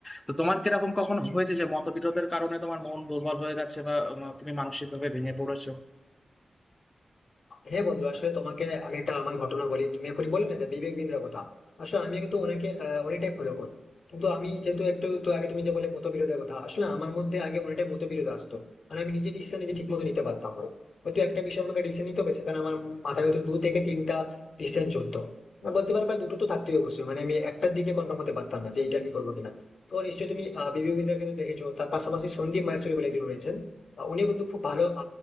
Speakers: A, on the left; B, on the left.
A: তো তোমার কিরকম কখনো হয়েছে যে মতবিরোধের কারণে তোমার মন দুর্বল হয়ে গেছে বা উম, তুমি মানসিকভাবে ভেঙে পড়েছো
B: হ্যাঁ বন্ধু আসলে তোমাকে আমি একটা আমার ঘটনা বলি তুমি এখন বলে না যে বিবেক বিন্দ্রার কথা আসলে আমি কিন্তু ওনাকে আহ, অনেকটাই ফলো করি কিন্তু আমি যেহেতু একটু তো আগে তুমি যে বলে মতবিরোধের কথা আসলে আমার মধ্যে আগে অনেকটাই মতবিরোধ আসতো মানে আমি নিজে ডিসিশন নিজে ঠিক মতো নিতে পারতাম না হয়তো একটা বিষয় আমাকে ডিসিশন নিতে হবে সেখানে আমার মাথায় হয়তো দু থেকে তিনটা ডিসিশন চলতো মানে বলতে পারো প্রায় দুটো তো থাকতেই অবশ্যই মানে আমি একটার দিকে কনফার্ম হতে পারতাম না যে এটা আমি করবো কিনা তো নিশ্চয়ই তুমি আহ, বিবেক বিন্দ্রাকে তো দেখেছো তার পাশাপাশি সন্দীপ মাহেশ্বরী বলে একজন রয়েছেন আহ, উনিও কিন্তু খুব ভালো